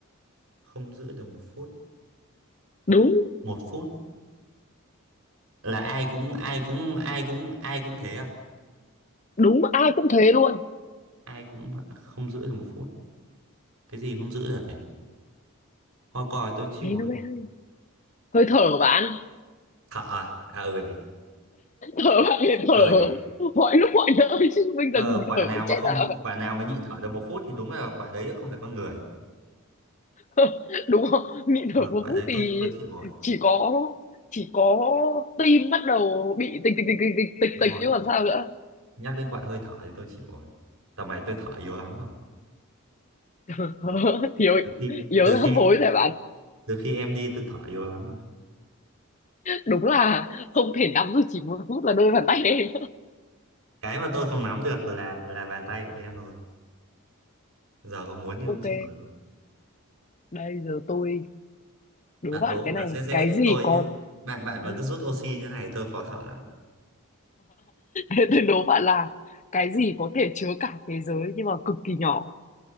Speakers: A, on the right; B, on the left.
A: Không giữ được một phút.
B: đúng
A: Một phút là ai cũng ai cũng ai cũng ai cũng thế à?
B: đúng ai cũng thế luôn
A: Ai cũng không giữ được một phút. Cái gì không giữ được nhỉ? Hoa còi tôi chịu
B: thế nó mới hay. hơi thở bạn
A: thở à? à ừ nhỉ
B: thở bạn để thở
A: ừ nhỉ
B: mọi lúc mọi nơi chứ bây
A: ờ,
B: giờ ngừng
A: quả
B: thở
A: nào
B: để
A: mà
B: chết
A: không
B: à
A: quả nào mà nhịn thở được một phút thì đúng là quả đấy không phải con người
B: <laughs> đúng không nhịn
A: ờ,
B: thở một
A: quả
B: phút
A: đấy
B: thì
A: tôi tôi chịu rồi
B: chỉ có chỉ có tim bắt đầu bị tịch tịch tịch tịch tịch tịch
A: đúng
B: tịch
A: rồi
B: chứ còn sao nữa
A: nhắc đến quả hơi thở thì tôi chịu rồi tầm này tôi thở yếu lắm rồi
B: <laughs> thiếu
A: từ khi
B: yếu
A: từ khi
B: hấp hối rồi bạn
A: từ khi em đi tôi thở yếu lắm rồi
B: đúng là không thể nắm được chỉ một phút là đôi bàn tay em
A: cái mà tôi không nắm được là là bàn tay của em thôi giờ có muốn
B: <laughs>
A: thì cũng
B: ok
A: chịu rồi
B: đây giờ tôi đố
A: bạn
B: bạn
A: đố
B: cái
A: là
B: này
A: dễ dễ
B: cái
A: giúp
B: gì
A: tôi
B: có
A: chứ bạn bạn
B: <laughs>
A: mà cứ rút oxy như này tôi khó thở lắm
B: Thế tôi đố bạn là cái gì có thể chứa cả thế giới nhưng mà cực kỳ nhỏ